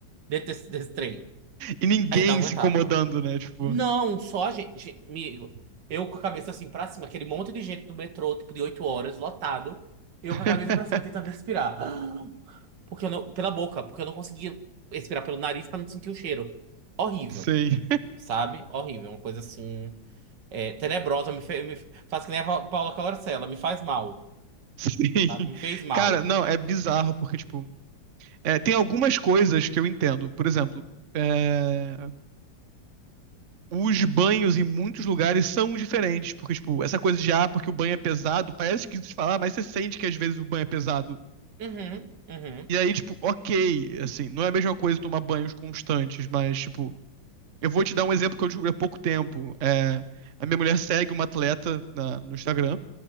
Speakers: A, on the right; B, on the right.
A: dentro desse, desse trem.
B: E ninguém
A: A gente não aguentava.
B: se incomodando, né? Tipo.
A: Não, só a gente, gente, amigo. Eu com a cabeça assim pra cima, aquele monte de gente do metrô, tipo de oito horas, lotado. Eu
B: <laughs>
A: com a cabeça pra cima tentando respirar. Porque eu não, pela boca, porque eu não conseguia respirar pelo nariz pra não sentir o cheiro. Horrível.
B: Sei.
A: Sabe? Horrível. Uma coisa assim. É, tenebrosa, me, fe- me faz que nem a Pa- Paula Carosella, me faz mal,
B: Sim.
A: sabe? Me fez mal.
B: Cara, não, é bizarro, porque, tipo, é, tem algumas coisas que eu entendo. Por exemplo, é, os banhos em muitos lugares são diferentes, porque, tipo, essa coisa de, ah, porque o banho é pesado, parece esquisito de falar, mas você sente que às vezes o banho é pesado.
A: Uhum, uhum.
B: E aí, tipo, ok, assim, não é a mesma coisa tomar banhos constantes, mas, tipo, eu vou te dar um exemplo que eu descobri há pouco tempo. É, a minha mulher segue uma atleta na- no Instagram,